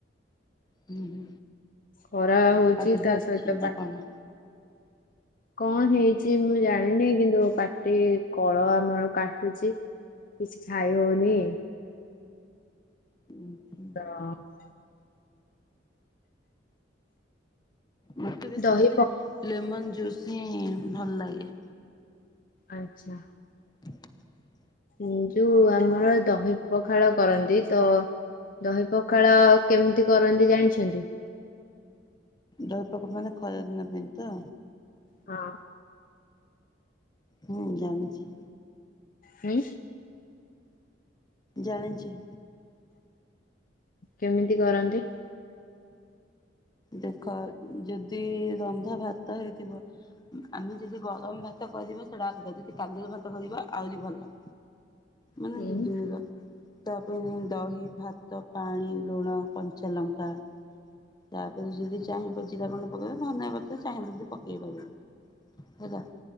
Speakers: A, on the left (about 20°); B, on the left (about 45°).
A: ହୁଁ ହୁଁ
B: ଖରା ହଉଛି
A: ପାଟି ଧରଛି
B: ତା ସହିତ
A: ନା
B: ପା
A: କଣ।
B: କଣ ହେଇଛି ମୁଁ ଜାଣିନି କିନ୍ତୁ ପାଟି କଳ ଆ ମର କାଟୁଛି। କିଛି ଖାାଇ ହଉନି।
A: ଉଁ ହୁଁ।
B: <inaudible>
A: ମତେ ବେଶୀ
B: ଦହି
A: ମାନେ
B: ପ
A: ଲେମନ ଜୁସ୍ ହିଁ ଭଲ ଲାଗେ।
B: ଆଚ୍ଛା।
A: <inaudible>
B: ଉ ଯୋଉ ଆମର ଦହି ପଖାଳ କରନ୍ତି ତ ଦହି ପଖାଳ କେମିତି କରନ୍ତି ଜାଣିଛନ୍ତି।
A: ଦହି ପକ ମାନେ ଖରା ଦିନ ପାଇଁ ତ।
B: ହଁ।
A: ହୁଁ ଜାଣିଛି।
B: ହୁଁ।
A: ଜାଣିଚି।
B: କେମିତି କରନ୍ତି।
A: ଦେଖ ଯଦି ରନ୍ଧା ଭାତ ହେଇଥିବ ଆମେ ଯଦି ଗରମ ଭାତ କରିବା ସେଇଟା ଯଦି କାଦୁଅ ଭାତ କରିବା ଆହୁରି ଭଲ। ମାନେ
B: ଉଁ
A: ଦି ଦିନର। ତା ପାଇଁ ଦହି ଭାତ ପାଣି ଲୁଣ କଞ୍ଚାଲଙ୍କା। ତାପରେ ଯ ଯିଏ ଚାହିଁବ ଜିରା ଗୁଣ୍ଡ ପକେଇବ ନହେନେ ପା ଧନିଆ ପତର ଚାହିଁବ ଯଦି ପକେଇ ପାରିବ। ହେଲା